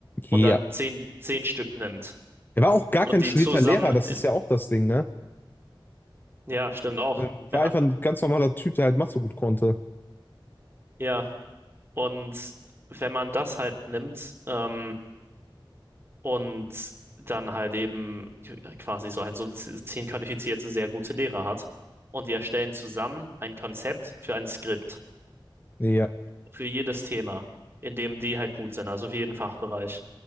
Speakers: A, on the right (about 25°); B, on the left (about 25°).
A: und
B: Ja.
A: dann zehn, zehn Stück nimmt
B: Er war auch gar
A: und
B: kein
A: die
B: studierter
A: zusammen,
B: Lehrer,
A: in,
B: das ist ja auch das Ding, ne?
A: ja, stimmt auch,
B: Er war
A: ja,
B: einfach ein ganz normaler Typ, der halt Mathe so gut konnte.
A: ja. Und wenn man das halt nimmt, ähm, und dann halt eben quasi so halt so zehn qualifizierte, sehr gute Lehrer hat. Und die erstellen zusammen ein Konzept für ein Skript,
B: Ja.
A: für jedes Thema, in dem die halt gut sind, also für jeden Fachbereich.